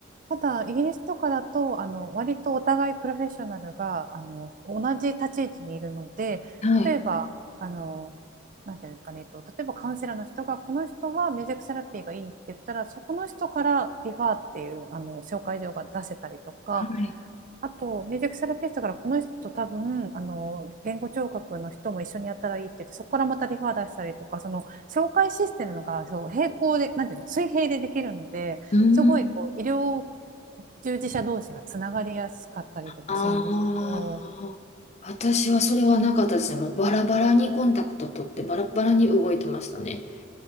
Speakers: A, on the right; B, on the left.
A: ただ、イギリスとかだと、あの、割とお互いプロフェッショナルが、あの、同じ立ち位置にいるので、
B: あ、はい、
A: 例えば、あの、なんていうんですかね、えっと、例えばカウンセラーの人が、この人はミュージックセラピーがいいって言ったら、そこの人からリファーっていう、あの、紹介状が出せたりとか、
B: はい、
A: あと、ミュージックセラピストからこの人多分、あの、言語聴覚の人も一緒にやったらいいって言って、そこからまたリファー出したりとか、その、紹介システムが、そう、平行で、なんていうの、水平でできるので、
B: うん。
A: すごい、こう、医療従事者同士がつながりやすかったりとかするんですけど、
B: ああ、私はそれはなかったですね。もうバラバラにコンタクト取ってバラバラに動いてましたね。